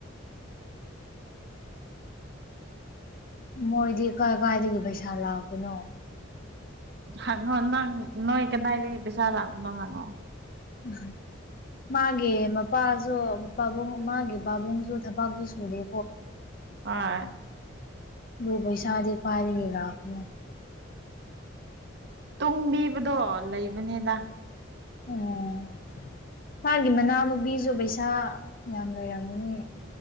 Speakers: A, on the left; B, on the right.
A: ꯃꯣꯏꯗꯤ ꯀꯥꯏ ꯀꯥꯏꯗꯒꯤ ꯄꯩꯁꯥ ꯂꯥꯛꯄꯅꯣ
B: ꯍꯪꯉꯣ ꯅꯪ ꯅꯣꯏ ꯀꯗꯥꯥꯏꯗꯒꯤ ꯄꯩꯁꯥ ꯂꯥꯛꯄꯅꯣ ꯍꯪꯉꯣ
A: <unintelligible> ꯃꯥꯒꯤ ꯃꯄꯥꯁꯨ ꯄꯥꯕꯨꯡ ꯃꯥꯒꯤ ꯄꯥꯕꯨꯡꯁꯨ ꯊꯕꯛꯁꯨ ꯁꯨꯗꯦ
B: ꯍꯣꯏ
A: ꯑꯗꯨ ꯄꯩꯁꯥꯗꯤ ꯀꯥꯢꯗꯒꯤ ꯂꯥꯛꯄꯅꯣ
B: ꯇꯨꯡꯕꯤꯕꯗꯣ ꯂꯩꯕꯅꯤꯗ
A: ꯑꯣ ꯃꯥꯒꯤ ꯃꯅꯥꯎ ꯅꯨꯄꯤꯁꯨ ꯄꯩꯁꯥ ꯌꯥꯝ ꯂꯩꯔꯝꯃꯅꯦ